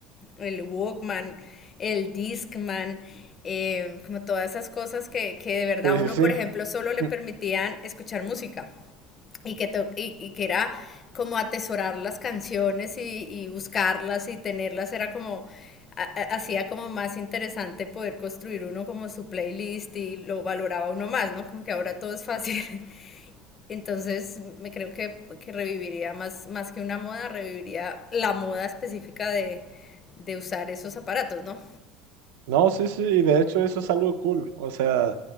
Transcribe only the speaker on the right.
Sí, sí,
sí.
Mm,
No, sí, sí, y de hecho eso es algo cool. O sea,